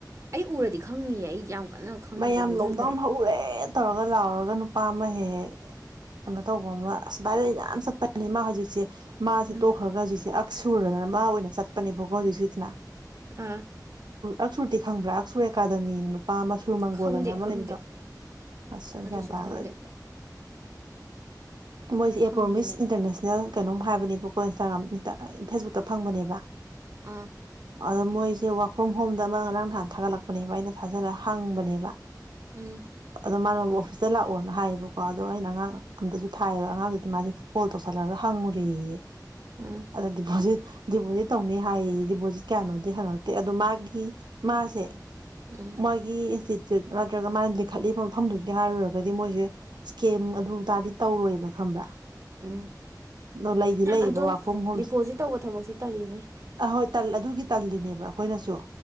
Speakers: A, on the right; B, on the right.
A: ꯑꯩ ꯎꯔꯗꯤ ꯈꯪꯅꯤꯡꯌꯦ ꯑꯩ ꯌꯥꯝ ꯀꯟꯅ ꯈꯪꯗ꯭ꯔꯦ
B: ꯃꯌꯥꯝ
A: ꯅꯤꯡꯁꯤꯡꯗ꯭ꯔꯦ
B: ꯂꯣꯛꯗꯥꯎꯟ ꯍꯧꯔꯦ ꯇꯧꯔꯒ ꯂꯥꯎꯔꯒ ꯅꯨꯄꯥ ꯑꯃ ꯍꯦꯛ ꯍꯦꯛ ꯀꯩꯅꯣ ꯇꯧꯕ ꯑꯃ ꯑꯁ ꯚꯥꯏꯗ ꯌꯥꯝ ꯆꯠꯄꯅꯤ ꯃꯥ ꯍꯧꯖꯤꯛꯁꯦ ꯃꯥꯁꯦ
A: ꯎꯝ
B: ꯇꯣꯛꯈ꯭ꯔꯒ ꯍꯧꯖꯤꯛꯁꯦ ꯁꯨꯔꯅ ꯑꯃ ꯑꯣꯏꯅ ꯆꯠꯄꯅꯦꯕꯀꯣ ꯍꯧꯖꯤꯛ <unintelligible>
A: <unintelligible>
B: ꯑꯛꯁꯨꯔꯗꯤ ꯈꯪꯕ꯭ꯔꯥ ꯑꯛꯁꯣꯔ ꯑꯦꯀꯥꯗꯃꯤꯅ ꯅꯨꯄꯥ ꯑꯃꯁ ꯁꯨꯔ ꯃꯪꯒꯣꯜ
A: ꯈꯪꯗꯦ
B: ꯑꯅ ꯑꯃ
A: ꯈꯪꯗꯦ
B: ꯂꯩꯕꯗꯣ ꯑꯁ
A: ꯑꯗꯨꯁꯨ
B: ꯒ꯭ꯌꯥꯟ ꯇꯥ
A: ꯈꯪꯗꯦ
B: ꯂꯣꯏ ꯃꯣꯏꯁꯦ ꯑꯦꯄ꯭ꯔꯣꯃꯤꯁ
A: ꯈꯪꯗꯦꯅꯦ
B: ꯏꯟꯇꯔꯅꯦꯁꯅꯦꯜ ꯀꯩꯅꯣꯝ ꯍꯥꯏꯕꯅꯦꯕꯀꯣ ꯏꯟꯁꯇꯥꯒ꯭ꯔꯥꯝ ꯐꯦꯁꯕꯨꯛꯇ ꯐꯪꯕꯅꯦꯕ
A: ꯑꯥ
B: ꯑꯗꯣ ꯃꯣꯏꯁꯦ ꯋꯥꯛ ꯐ꯭ꯔꯣꯝ ꯍꯣꯝꯗ ꯑꯃ ꯉꯔꯥꯡ ꯅꯍꯥꯟ ꯊꯥꯒꯠꯂꯛꯄꯅꯦꯕ ꯑꯩꯅ ꯊꯥꯖꯔꯒ ꯍꯥꯡꯕꯅꯦꯕ
A: ꯎꯝ
B: ꯑꯗꯣ ꯃꯥꯅ ꯑꯣꯐꯤꯁꯇ ꯂꯥꯛꯑꯣꯅ ꯍꯥꯏꯌꯦꯕꯀꯣ ꯑꯗꯣ ꯑꯩꯅ ꯑꯉꯥꯡ ꯑꯝꯗꯁꯨ ꯊꯥꯏꯕ ꯑꯉꯥꯡꯗꯨꯗꯤ ꯃꯥꯗꯤ ꯐꯣꯜ ꯇꯧꯁꯜꯂꯛꯂꯒ ꯍꯪꯉꯨꯔꯦꯌꯦ
A: <unintelligible>
B: ꯑꯗ ꯗꯤꯄꯣꯖꯤꯠ ꯗꯤꯄꯣꯖꯤꯠ ꯇꯧꯅꯤ ꯍꯥꯏꯌꯦ ꯗꯤꯄꯣꯖꯤꯠ ꯀꯌꯥꯅꯣꯗꯤ ꯍꯪꯉꯛꯇꯦ ꯑꯗꯣ ꯃꯥꯒꯤ ꯃꯥꯁꯦ
A: ꯎꯝ
B: ꯃꯣꯏꯒꯤ ꯏꯟꯁꯇꯤꯇ꯭ꯌꯨꯠ ꯅꯠꯇ꯭ꯔꯒ ꯃꯥꯅ ꯂꯤꯡꯈꯠꯂꯤꯕ ꯃꯐꯝꯗꯨꯒꯤ ꯍꯥꯏꯔꯨꯔꯒꯗꯤ ꯃꯣꯏꯁꯦ ꯏꯁꯀꯦꯝ ꯑꯗꯨ ꯇꯔꯗꯤ ꯇꯧꯔꯣꯏꯕ ꯈꯪꯕ꯭ꯔꯥ
A: ꯎꯝ
B: ꯑꯗꯣ ꯂꯩꯗꯤ ꯂꯩꯌꯦꯕ
A: ꯑꯗꯣ
B: ꯋꯥꯔꯛ ꯐ꯭ꯔꯣꯝ ꯍꯣꯝꯁꯦ
A: ꯗꯤꯄꯣꯖꯤꯠ ꯇꯧꯕ ꯊꯕꯛꯁꯦ ꯇꯜꯂꯤꯅꯦ
B: ꯑꯍꯣꯏ ꯇꯜ ꯑꯗꯨꯒꯤ ꯇꯜꯂꯤꯅꯦꯕ ꯑꯩꯈꯣꯏꯅꯁꯨ